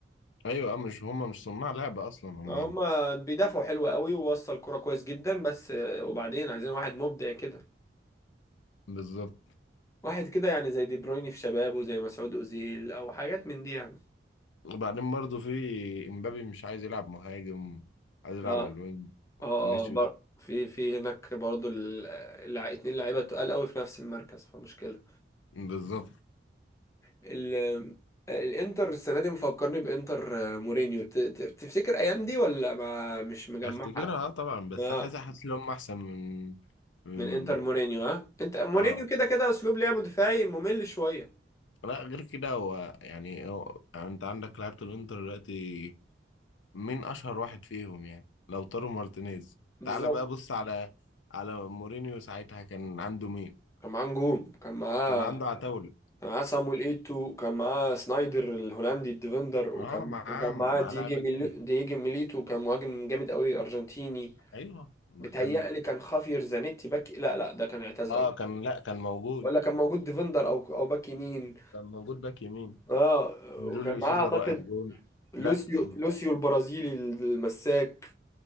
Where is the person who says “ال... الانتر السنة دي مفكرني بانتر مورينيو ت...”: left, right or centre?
Left